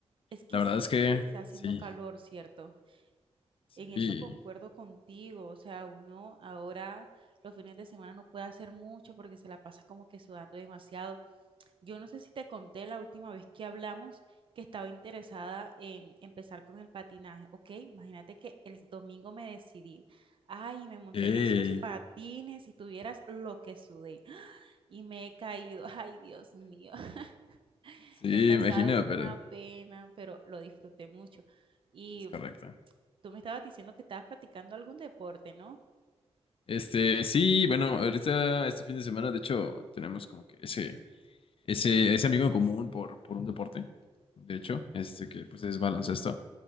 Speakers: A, on the right; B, on the left.
A: Es que
B: La verdad
A: sí,
B: es que
A: está haciendo
B: sí,
A: calor, ¿cierto?
B: sí,
A: En eso concuerdo contigo, o sea, uno ahora los fines de semana no puede hacer mucho porque se la pasa como que sudando demasiado. Yo no sé si te conté la última vez que hablamos que estaba interesada en empezar con el patinaje, ¿ok? Imagínate que el domingo me decidí, ay, me monté
B: ey,
A: en esos patines y tuvieras lo que sudé <gasps> y me he caído, <laughs> ay, Dios mío, <laughs>
B: sí,
A: he pasado
B: imagino,
A: una
B: pero
A: pena, pero lo disfruté mucho. Y
B: es correcto.
A: tú me estabas diciendo que estabas practicando algún deporte, ¿no?
B: Este, sí, bueno, ahorita este fin de semana, de hecho, tenemos como que ese ese, ese amigo en común por, por un deporte, de hecho, este que pues es baloncesto.